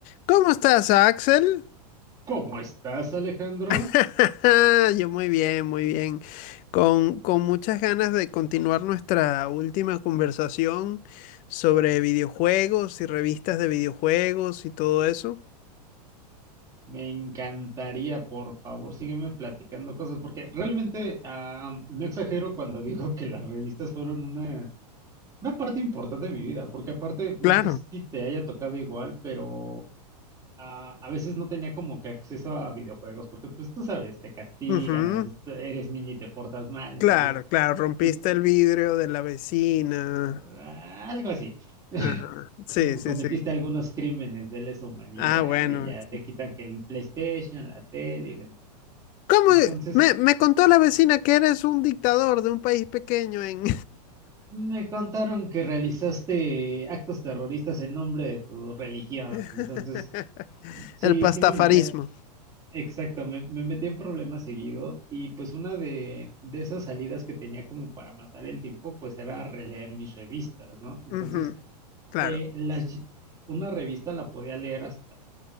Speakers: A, on the left; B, on the right.
A: ¿Cómo estás, Axel?
B: ¿Cómo estás, Alejandro?
A: <laughs> Yo muy bien, muy bien. Con, con muchas ganas de continuar nuestra última conversación sobre videojuegos y revistas de videojuegos y todo eso.
B: Me encantaría, por favor, sígueme platicando cosas, porque realmente ah, no exagero cuando <laughs> digo que las revistas fueron una, una parte importante de mi vida, porque aparte, no
A: Claro,
B: sé si te haya tocado igual, pero ah, a veces no tenía como que acceso a videojuegos, porque pues tú sabes, te castigan,
A: Ujú,
B: a veces te- eres niño y te portas mal, entonces
A: Claro, claro, rompiste
B: pues,
A: el vidrio de la vecina.
B: Ah, Algo así. <laughs>
A: Ajá, Sí,
B: Uh,
A: sí,
B: Cometiste
A: sí.
B: algunos crímenes de lesa humanidad
A: Ah, bueno.
B: y ya te quitan que el PlayStation, la tele y demás.
A: ¿Cómo?
B: Entonces,
A: e-? Me, me contó la vecina que eres un dictador de un país pequeño en
B: me contaron que realizaste actos terroristas en nombre de tu religión.
A: <laughs>
B: Entonces, sí,
A: el pastafarismo.
B: sí me metía, exacto, me, me metía en problemas seguido y pues una de, de esas salidas que tenía como para matar el tiempo, pues era releer mis revistas, ¿no? Entonces,
A: Ujú, Claro.
B: eh, las, ll- una revista la podía leer hasta